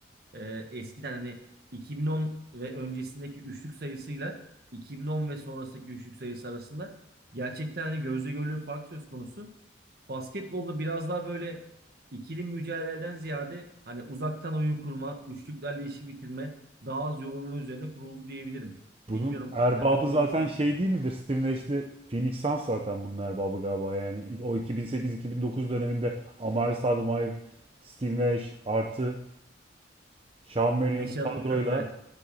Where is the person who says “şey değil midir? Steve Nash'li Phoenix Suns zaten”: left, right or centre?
Right